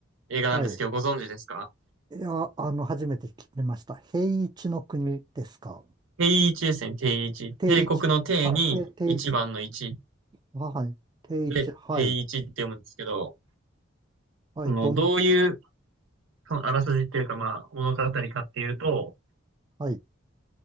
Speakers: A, on the right (about 80°); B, on the right (about 20°).
A: 映画なんですけど、
B: はい。
A: ご存知ですか
B: いや、あの、初めて聞きました。平一の国ですか
A: 定位置ですね、定位置。
B: 定一。
A: 帝国の帝に一番の一
B: あ、定、定一。あはい。定一。
A: で、
B: はい。
A: 定位置って読むんですけど、
B: はい。
A: その、
B: どん、
A: どういう、その、あらすじっていうか、まあ、物語かっていうと、
B: はい。